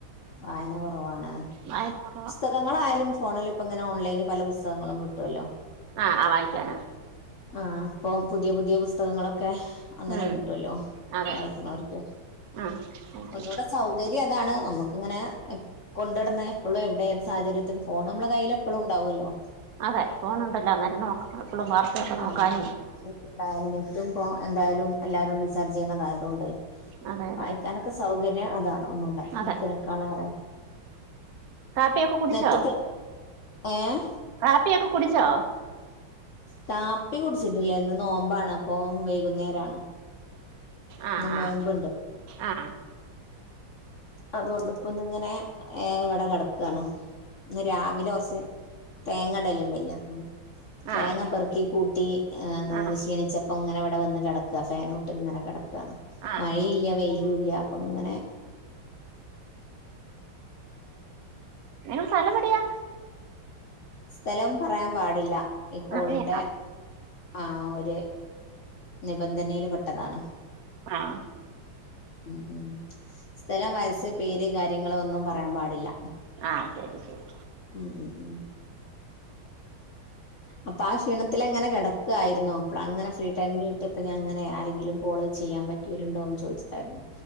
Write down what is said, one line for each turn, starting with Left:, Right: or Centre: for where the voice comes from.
Left: വായന കുറവാണ്
Right: വായന കുറവാ
Left: പുസ്തകങ്ങളായാലും ഫോണില് അങ്ങനെ ഓൺലൈന് പല പുസ്തകങ്ങളും കിട്ടുവല്ലോ
Right: ആ ആ വായിക്കാനാ
Left: ആ അപ്പം പുതിയ പുതിയ പുസ്തകങ്ങളൊക്കെ ക്കെ അങ്ങനെ
Right: ഉം
Left: കിട്ടുമല്ലോ
Right: അതെ
Left: വായിക്കുന്നവർക്ക്
Right: ആ ഓക്കെ
Left: ഒന്നുകൂടെ സൗകര്യം അ താണ് നമുക്ക ഇങ്ങനെ കൊണ്ടുവടുന്ന എപ്പോഴും എവിടെ സാഹചര്യത്തിൽ പോണം നമ്മള കയ്യിൽ എപ്പോഴും ഉണ്ടാവുമല്ലോ
Right: അതെ ഫോണ ഉണ്ടല്ലോ അന്നേരം നോക്ക എപ്പളും വാർത്തയൊക്കെ
Left: ആ
Right: നോക്കാനും
Left: നോക്കാം ന എന്തായാലും നെറ്റും ഇ എന്തായാലും എല്ലാരും റീചാർജ് ചെയ്യണതായതകൊണ്ട്
Right: അതെ അതെ
Left: വായിക്കാനൊക്കെ സൗകര്യം അതാ ഒന്നൂടെ
Right: അതെ
Left: ബുക്കിനേക്കാളേറെ
Right: കാപ്പിയൊക്കെ കുടിച്ചോ
Left: നെറ്റൊക്കെ ഏഹ്
Right: കാപ്പിയൊക്കെ കുടിച്ചോ
Left: കാപ്പി കുടിച്ചിട്ടില്ല ന്ന് നോമ്പാണപ്പൊ വൈകുന്നേരാണ്‌
Right: ആ
Left: ന്ന്‌ നോമ്പ്ണ്ട്
Right: ആ ആ
Left: അതുകൊണ്ട് പ്പൊന്ന്ങ്ങനെ ഏ ഇവടെ കെടക്കാണ്‌ ഇന്ന് രാവിലൊറച്ച് തേങ്ങടല്ണ്ട്ന്ന്‌
Right: ആ ആ
Left: തേങ്ങ പെറുക്കി കൂട്ടി ആന്ന്‌
Right: ആ
Left: ക്ഷീണിച്ച പ്പൊങ്ങനെവെടെ വന്ന് കെടക്കാ ഫാനൂട്ട് ങ്ങനെ കെടക്ക ക്കാണ്
Right: ആ
Left: മഴീല്ല വെയിലുല്ല അപ്പൊങ്ങനെ
Right: ങ്ങളെ സ്ഥലവെടിയാ?
Left: സ്ഥലം പറയാൻ പാടില്ല ഈ കോളിന്റെ
Right: അങ്ങനെയാണോ
Left: ആ ഒരു നിബന്ധനയിൽ പെട്ടതാണ്
Right: ആഹ്
Left: ഉം ഉം സ്ഥലം വയസ് പേര് കാര്യങ്ങള് ഒന്നും പറയാൻ പാടില്ല
Right: ആഹ് ശെരി ശെരി
Left: ഉം ഉം ഉം അപ്പൊ ആ ക്ഷീണത്തിലങ്ങനെ കറടക്കായിരുന്നു. അപ്ലാണ്ങ്ങനെ ഫ്രീ ടൈമിൽ വിട്ട്പ്പ ഞാൻ അങ്ങനെ ആരെങ്കിലും കോള് ചെയ്യ യ്യാൻ പറ്റ്യോല് ഇണ്ടോന്ന് ചോയ്ച്ച് ായിന്നു.